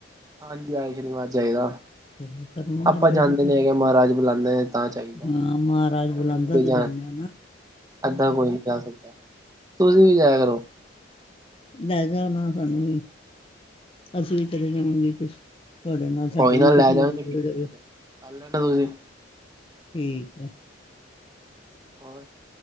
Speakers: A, on the right; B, on the left.
A: ਹਾਂਜੀ ਆਏ ਸ਼ਨੀਵਾਰ ਜਾਈਦਾ।
B: ਚਲੋ ਕਰਮਾਂ
A: ਆਪਾਂ
B: ਵਾਲੇ
A: ਜਾਂਦੇ
B: ਹੋ ਤੁਸੀਂ
A: ਨੀ ਹੈਗੇ ਮਹਾਰਾਜ ਬੁਲਾਉਂਦੇ ਨ। ਤਾਂ ਜਾਈਦਾ
B: ਹਾਂ ਮਹਾਰਾਜ ਬੁਲਾਉਂਦਾ
A: ਐਦਾਂ ਤੇ ਕੋਈ ਜਾ
B: ਜਾਂਦੇ ਆ ਨਾ
A: ਏਦਾਂ ਕੋਈ ਨੀ ਜਾ ਸਕਦਾ। ਤੁਸੀਂ ਵੀ ਜਾਇ ਕਰੋ।
B: ਲੈ ਜਾਓ ਨਾ ਸਾਨੂੰ ਵੀ। ਅਸੀਂ ਵੀ ਚਲੇ ਜਾਵਾਂਗੇ ਕੁ ਤੁਹਾਡੇ ਨਾਲ ਸਾਡੀ
A: ਕੋਈ ਨਾ
B: ਵੀ
A: ਲੈ
B: ਕਿਸਮਤ
A: ਜਾਗੇ
B: ਜੁੜੀ
A: ਕਰ
B: ਰਵੇ।
A: ਲੈਣਾ ਤੁਸੀਂ
B: ਠੀਕ ਐ।
A: ਹੋਰ।